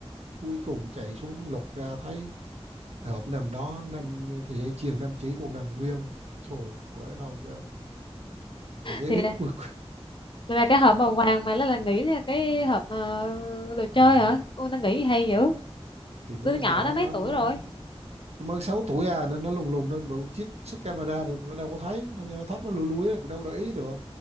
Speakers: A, on the right; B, on the left.
A: cuối cùng chạy xuống lục ra thấy cái hộp nằm đó nằm cái dây chuyền nằm chỉ còn nằm nguyên Trời ơi thôi chứ cậu bé
B: thì
A: biết
B: là
A: <laughs> cuộc
B: thì là cái hộp màu vàng mà nó là nghĩ là cái hộp ờ, đồ
A: à,
B: chơi hả ôi nó nghĩ hay dữ
A: à, <laughs> thì mấy
B: đứa
A: đứa
B: nhỏ
A: nhỏ
B: đó mấy
A: nó,
B: tuổi
A: nó
B: rồi
A: nó mới 6 tuổi à nên nó lùng lùng nên bộ chiếc sức camera thì nó đâu có thấy nó, nó thấp nó lùi lúi cũng đâu để ý được